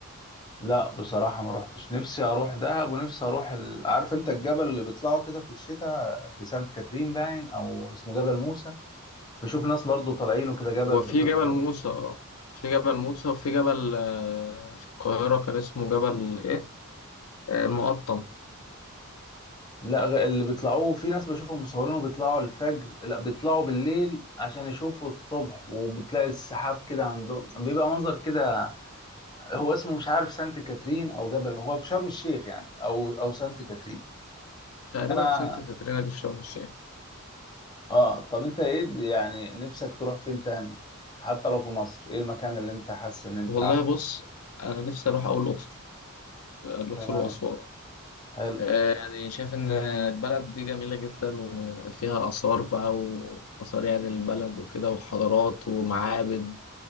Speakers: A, on the left; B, on the left.
A: لا بصراحة ما روحتش نفسي اروح دهب ونفسي اروح ال... عارف انت الجبل اللي بيطلعوا كده في الشتاء في سانت كاترين باين او اسمه جبل موسى بشوف ناس برضو طالعينه كده جبل
B: وفي
A: بت-
B: جبل موسى اه في جبل موسى وفي جبل آه، في القاهرة كان اسمه جبل ايه آه، المقطم
A: لا غ- اللي بيطلعوه في ناس بشوفهم مصورينه بيطلعوا الفجر لا بيطلعوا بالليل عشان يشوفوا الصبح وبتلاقي السحاب كده عندهم بيبقى منظر كده هو اسمه مش عارف سانت كاترين او جبل هو في شرم الشيخ يعني او او سانت كاترين
B: تقريبا
A: فانا
B: سانت كاترينا اللي في شرم الشيخ
A: اه طب انت ايه يعني نفسك تروح فين تاني حتى لو في مصر ايه المكان اللي انت حاسس ان انت
B: والله
A: عايز
B: بص انا نفسي اروح اول الاقصر الاقصر
A: تمام
B: واسوان
A: حلو
B: آه، يعني شايف إن البلد دي جميلة جدا وفيها آثار بقى وآثار يعني البلد وكده وحضارات ومعابد